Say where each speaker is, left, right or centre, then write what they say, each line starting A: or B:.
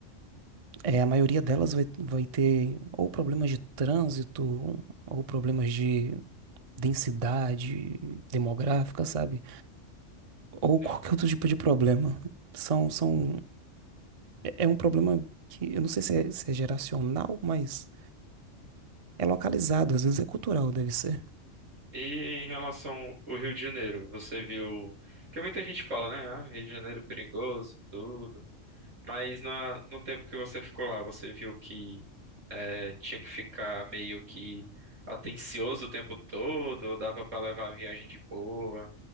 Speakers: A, on the right; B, on the right.
A: é, a maioria delas vai, vai ter ou problemas de trânsito, ou problemas de densidade demográfica, sabe? Ou
B: Sim.
A: qualquer outro tipo de problema. São, são É é um problema que eu não sei se é, se é geracional, mas é localizado, às vezes é cultural, deve ser.
B: E em relação ao Rio de Janeiro, você viu. Porque muita gente fala, né? Ah, Rio de Janeiro é perigoso e tudo. Mas na... no tempo que você ficou lá, você viu que é, tinha que ficar meio que atencioso o tempo todo, ou dava pra levar a viagem de boa,